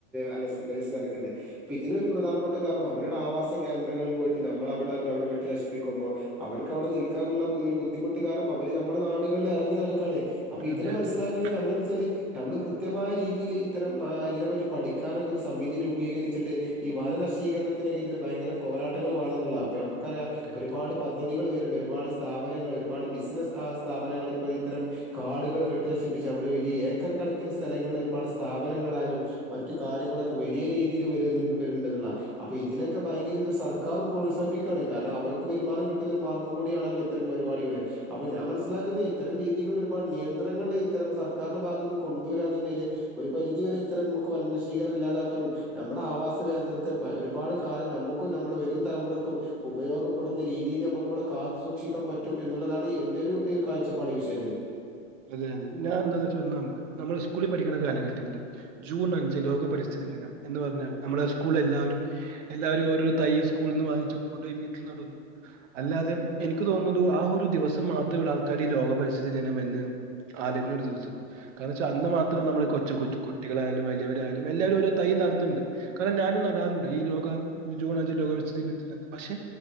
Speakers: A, in the centre; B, on the right.
A: അലസി വെലബി <unintelligible> ണ്ട് പി ഇതിനൊരു പ്രധാനപ്പെട്ട കാരണം അവരുടെ ആവാസകേന്ദ്രങ്ങളിൽ പോയിട്ട് നമ്മൾ അവിടെ അവിടെ വെട്ടി നശിപ്പിക്കുമ്പോ അവർക്ക് അവിടെ നിൽക്കാനുള്ള ബുദ്ധി ബുദ്ധിമുട്ട് കാരണം അവര് നമ്മെ നാടുകളിൽ ഇറങ്ങി നടക്കാണ് അപ്പൊ ഇതിനെ
B: അതെ
A: മനസ്സിലാക്കണെങ്കി
B: അതെ അതെ
A: നമ്മളെന്താ വെച്ചാല് നമ്മൾ കൃത്യമായ രീതിയിൽ ഇത്തരം ഇതിനെപ്പറ്റി പഠിക്കാനൊക്കെ ഒരു സമിതി രൂപീകരിച്ചിട്ട് ഈ വനശീകരണനെത്തിനതിരെ
B: ഉം.
A: ഭയങ്കര പോരാട്ടങ്ങൾ വേണന്നെ ഉള്ളാണ് പ്പ ഞമ്മക്കറിയാ
B: അതെ
A: ഒരുപാട്
B: അതെ അതെ
A: പ ണ്ട് ഒരുപാട് സ്ഥാപനങ്ങള് ഒരുപാട് ബിസ്നസ് അ സ്ഥാപനങ്ങൾ ഇപ്പോ ഇത്തരം കാടുകൾ വെട്ടി നശിപ്പിച്ച് ഷിപ്പിച്ച് അവിടെ ഈ ഏക്കണക്കിന് സ്ഥലങ്ങള് ഒരുപാട് സ്ഥാപനങ്ങളായാലും മറ്റു കാര്യങ്ങളൊക്കെ വലിയ രീതിയിൽ വരുന്നുണ്ട് വര്ണ്ട്ല്ല അപ്പൊ ഇതിനൊക്കെ ഭയങ്കര സർക്കാരും പ്രോത്സാഹിപ്പിക്കാണ് കാരണം അവർക്ക് വരുമാനം കി പ്പതൊരു മാർഗം കൂടിയണല്ലോ ഇത്തരം പരിപാടികള് അപ്പൊ ഞാൻ മനസ്സിലാക്കുന്നത് ഇത്തരം രീതികളിൽ ഒരുപാട് നിയന്ത്രങ്ങൾ ഇത്തരം സർക്കാർന്റെ ഭാഗന്ന് കൊണ്ട് വരാന്ന്ണ്ടേൽ ഒരു പരിധി വരെ ഇത്തരം നമുക്ക് വനനശീകരം ഇല്ലാതാക്കാനും നമ്മുടെ ആവാസ കേന്ദ്രത്തെ വ ഒരുപാട് കാലം നമുക്കും നമ്മുടെ വരും തലമുറക്കും ഉപയോഗപ്പെടുന്ന രീതിയില് നമുക്കവ്ടെ കാത്തു സൂക്ഷിക്കാൻ പറ്റും എന്നുള്ളതാണ് എന്റെ ഒരു കാഴ്ചപ്പാട് വിഷയത്തില്
B: അതെ അതെ ഞാൻ എന്താന്നാച്ച ഒന്നാമത്തെ നമ്മള് സ്കൂളിൽ പഠിക്കുന്ന കാലഘട്ടങ്ങളിൽ ജൂൺ അഞ്ച് ലോക പരി സ്തിതി ദിനം എന്ന് പറഞ്ഞാൽ നമ്മളെ സ്കൂളിലെല്ലാവരും എല്ലാവരും ഓരോ തൈ സ്കൂൾന്ന് വാങ്ങിച്ചന്ന് കൊണ്ടോയി വീട്ടിൽ നടുന്നുന്നു അല്ലാതെ എനിക്ക് തോന്നു ന്നു ആ ഒരു ദിവസം മാത്രമേള്ളു ആൾക്കാർ ലോകപരിസ്ഥിതി ദിനമെന്ന് ആലോയ്ക്ക്ണ ഒരു ദിവസം കാരണംച്ചാ അന്ന് മാത്രം നമ്മൾ കൊച്ചു കുട്ടികളായാലും വലിയവരായാലും എല്ലാവരും ഓരോ തൈ നടന്നുണ്ട് കാരണം ഞാനും നടാറുണ്ട് ഈ ലോക ജൂൺ അഞ്ച ലോകവസ്ഥി ദിനത്തിൽന്ന് പക്ഷെ